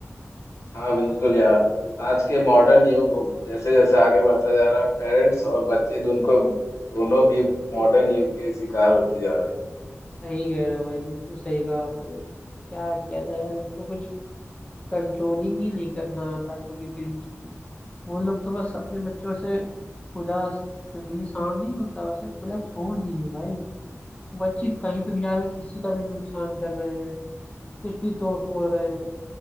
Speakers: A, on the left; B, on the left.
A: हाँ बिल्कुल यार आज के मॉडर्न युग जैसे जैसे आगे बढ़ता जा रहा है पेरेंट्स और बच्चे दोनों को दोनों भी मॉडर्न युग के शिकार होते जा रहे हैं
B: सही कह रहे हो भाई बिल्कुल सही कहा आपने क्या किया जाए इनको कुछ कंट्रोलिंग ही नहीं करना आता आजकल के पेरेंट्स को वो लोग तो बस अपने बच्चों से खुला जंगली सांड नहीं होता वैसे खुला छोड़ दिए भाई बच्चे कहीं पे भी जा रहे हैं किसी का भी नुकसान कर रहे हैं कुछ भी तोड़ फोड़ रहे हैं